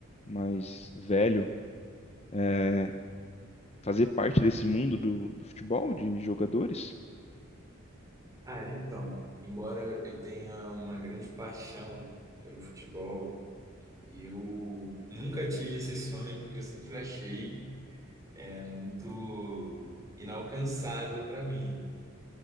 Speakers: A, on the left; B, on the right.
A: mais velho, é, fazer parte desse mundo do, do futebol de jogadores?
B: Cara, então, embora eu tenha uma grande paixão pelo futebol, eu nunca tive esse sonho porque eu sempre achei é, muito inalcançável para mim.